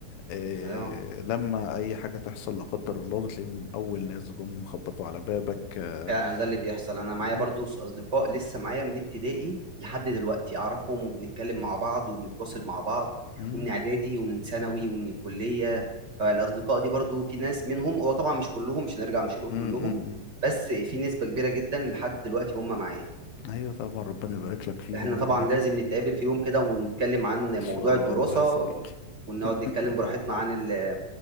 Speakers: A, on the left; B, on the right.
A: إيه
B: آه.
A: لما أي حاجة تحصل لا قدر الله بتلاقيهم أول ناس جم خبطوا على بابك آه،
B: فعلا ده اللي بيحصل انا معايا
A: م-
B: برضو س- اصدقاء لسه معايا من ابتدائي لحد دلوقتي اعرفهم وبنتكلم مع بعض وبنتواصل مع بعض
A: م-
B: ومن اعدادي ومن ثانوي ومن الكلية فالاصدقاء دي برضو في ناس منهم هو طبعا مش كلهم مش هنرجع مش هنقول
A: م-
B: كلهم
A: م- م.
B: بس في نسبة كبيرة جدا لحد دلوقتي هم معايا
A: أيوة طبعا ربنا يبارك لك فيهم
B: احنا طبعا
A: و <laughs>
B: لازم نتقابل في يوم كده ونتكلم عن
A: ان
B: موضوع
A: شاء
B: الدراسة
A: الله يا صديقي
B: ونقعد
A: <laughs>
B: نتكلم براحتنا عن ال-